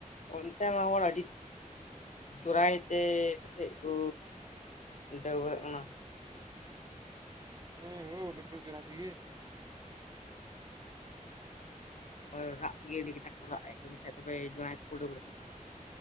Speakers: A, on the left; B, on the right.
A: ᱚᱱᱛᱮᱢᱟ ᱦᱚᱲ ᱟᱹᱰᱤ ᱪᱚᱨᱟᱭ ᱛᱮ ᱯᱟᱥᱮᱡ ᱠᱚ ᱰᱟᱹᱣᱨᱟᱹᱜ ᱠᱟᱱᱟ᱾
B: ᱦᱮᱸ ᱦᱳ ᱰᱟᱹᱯᱨᱟᱜ ᱡᱚᱨᱟᱭ ᱛᱮᱸᱜᱮ᱾
A: ᱟᱨ ᱨᱟᱜ ᱜᱮ ᱟᱹᱰᱤ ᱠᱟᱡᱟᱠ ᱠᱚ ᱨᱟᱜ ᱮᱫ ᱠᱟᱱ ᱠᱷᱟᱡ ᱫᱚ ᱛᱚᱵᱮ ᱡᱚᱸᱭᱟᱭ ᱛᱮᱠᱚ ᱰᱟᱹᱵᱨᱟᱜ